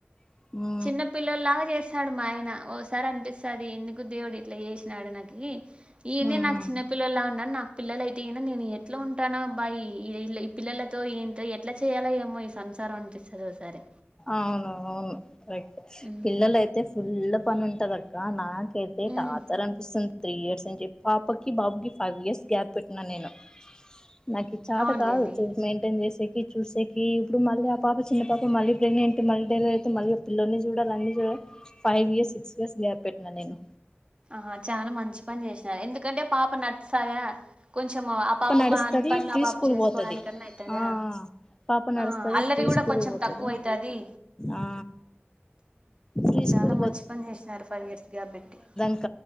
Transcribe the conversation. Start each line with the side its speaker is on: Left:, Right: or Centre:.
Left: ఉమ్
Right: చిన్న పిల్లల్లాగా చేస్త వస్తాడు మా ఆయన ఓసారి అనిపిస్తుది ఎందుకు దేవుడు ఇట్లా చేసినాడు నాకుకి ఈయనే
Left: ఉమ్
Right: నాకు చిన్న పిల్లలులా ఉన్నాను నాకు పిల్లల అయితే ఈయ నేను ఎట్లా ఉంటానో అబ్బా ఈ పిల్లలతో ఈ నాతో ఎలా చేయాలో ఏమో ఈ సంసారం అనిపిస్తది ఓసారి.
Left: అవును అవును ర
Right: హ్మ్.
Left: పిల్లలయితే ఫుల్ పని ఉంటద అక్క నాకైతే
Right: హ్మ్.
Left: టాతర్ అనిపిస్తుంది త్రీ ఇయర్స్ అని చెప్పి పాపకి బాబుకిి ఫైవ్ ఇయర్స్ గ్యాప్ పెట్టినా నేను నాకు చాత
Right: అవునులేండి.
Left: కాదు మెయింటైన్ చేసేకి చూసేకి ఇప్పుడు మల్ల ఆ పాప చిన్న పాప మళ్ళీ ప్రెగ్నంట్ మళ్ళీ డెలివరీ అయితే మళ్ళ ఆ పిల్లల్ని చూడాలి అన్ని చూడాలి five years six years gap పెట్టిన నేను
Right: ఆ చాలా మంచి పని చేసినారు ఎందుకంటే పాప నడుస్తాదా కొంచెం ఆ పాప
Left: నడుస్తది
Right: ప పనులు
Left: ప్రీ
Right: ఆ పాప
Left: స్కూల్
Right: చేసుకోవడానికన్నా
Left: పోతది
Right: అయితాదా
Left: ఆ పాప నడుస్తది
Right: ఆ అల్లరి
Left: ప్రీ
Right: కూడా
Left: స్కూల్
Right: కొంచెం
Left: పోతది
Right: తక్కువ అయితది
Left: ఆ ప్రీ స్కూల్
Right: చాలా మంచి పని చేసినారు ఫైవ్ ఇయర్స్ గ్యాప్ పేటి
Left: ఇం